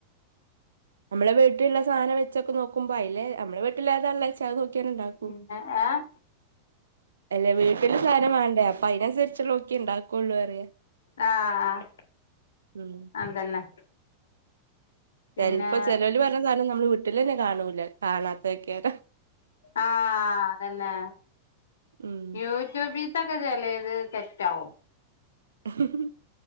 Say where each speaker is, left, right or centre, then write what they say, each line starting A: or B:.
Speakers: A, on the right; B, on the left.
A: നമ്മളെ വീട്ടിലുള്ള സാധനം വെച്ചൊക്കെ നോക്കുമ്പോ അയില് നമ്മെളെ വീട്ടിലേതാ ഉള്ളേച്ചാ അത് നോക്കിയങ്ങ്ണ്ടാക്കും
B: ഉം എഏഹ്
A: അല്ല വീട്ടില് സാധനം വേണ്ടേ അപ്പൊ അയിനനുസരിച്ചുള്ളോക്കെ ഉണ്ടാക്കുള്ളൂന്നു പറയ്യാ
B: ആഹ് ആ
A: ഉം
B: അതന്നെ പിന്നെ
A: ചെലപ്പോ ചെലോല് പറഞ്ഞ സാധനം നമ്മള് വീട്ടിലന്നെ കാണൂല കാണാത്തതൊക്കെയാരോ
B: ആഹ് തന്നെ
A: ഉം
B: യൂ ട്യൂബിതൊക്കെ ചെലേത് തെറ്റാവും
A: ഉം